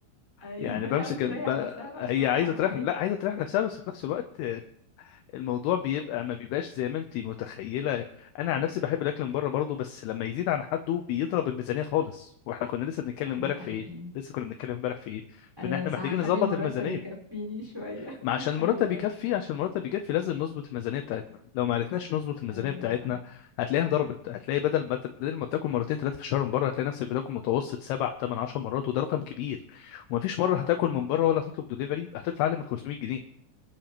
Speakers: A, in the centre; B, on the left.
A: ايوه
B: يعني
A: هي
B: بمسك
A: عاوزه تريح
B: ال- بقى-
A: نفسها بقى شويه
B: هي عايزة
A: حرام
B: تريح
A: عليك
B: لا عايزة تريح نفسها بس في نفس الوقت آه، الموضوع بيبقى ما بيبقاش زي ما أنت متخيلة أنا عن نفسي بحب الأكل من بره برضه بس لما يزيد عن حده بيضرب الميزانية خالص وإحنا كنا لسه بنتكلم امبارح
A: ده حقيقي
B: في إيه لسه كنا بنتكلم امبارح في إيه
A: ايوه
B: في إن إحنا
A: صح
B: محتاجين
A: هخلي
B: نظبط
A: المرتب
B: الميزانية
A: يكفيني شويه
B: ما عشان
A: <laughs>
B: المرتب
A: ايوه
B: يكفي عشان المرتب يكفي لازم نظبط الميزانيه بتاعتنا لو ما عرفناش نظبط الميزانيه
A: ايوه
B: بتاعتنا
A: صح
B: هتلاقيها ضربت هتلاقي بدل ما بدل ما بتاكل مرتين ثلاثه في الشهر من بره هتلاقي نفسك بتاكل متوسط سبع ثمان 10 مرات وده رقم كبير ومفيش
A: اه
B: مره هتاكل
A: اكيد
B: من بره ولا هتطلب دليفري يبقى هتدفع اقل من 500 جنيه